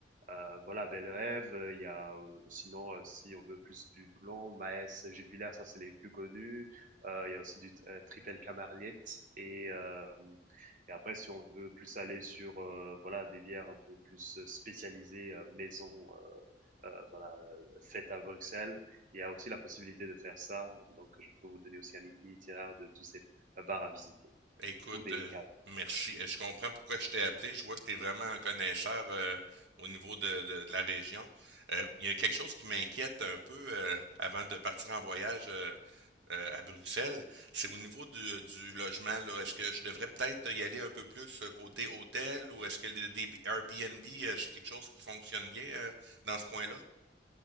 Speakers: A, on the right; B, on the right.
A: euh, voilà, Bel Rêve. euh, Il y a euh, sinon, euh, si on veut plus du blond, Maes, Jupiler, ça c'est les plus connus. Euh, il y a aussi du Triple Camarliette. Et, euh, et après, si on veut plus aller sur euh, voilà des bières un peu plus spécialisées, euh, maison, euh, euh, voilà, fête à Bruxelles, il y a aussi la possibilité de faire ça. Donc, je peux vous donner aussi un itinéraire de tous ces euh, bars à visiter
B: Écoute,
A: ou des
B: euh,
A: caves.
B: merci. Euh, Je comprends pourquoi je t'ai appelé. Je vois que tu es vraiment un connaisseur euh, au niveau de, de- de la région. Euh, il y a quelque chose qui m'inquiète un peu euh, avant de partir en voyage euh, euh, à Bruxelles. C'est au niveau du, du logement, là. Est-ce que je devrais peut-être y aller un peu plus euh, côté hôtel ou est-ce que le des Airbnb, euh, c'est quelque chose qui fonctionne bien euh, dans ce coin-là?